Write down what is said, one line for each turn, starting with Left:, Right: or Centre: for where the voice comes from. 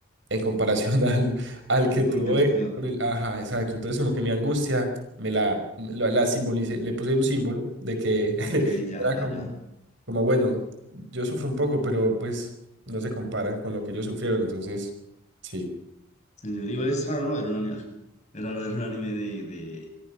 Right: en comparación <laughs> al, al que
Left: a todo
Right: tuvo
Left: lo que él sufrió.
Right: él por el, ajá, exacto. Entonces como que mi angustia me la, la, la simbolicé, le puse un símbolo de que <laughs>
Left: Ok, ya,
Right: era
Left: ya,
Right: como,
Left: ya.
Right: como bueno, yo sufro un poco, pero pues no se compara con lo que ellos sufrieron, entonces sí.
Left: Sí, igual es raro, ¿no? Ver un anime, <laughs> es raro ver un anime de, de,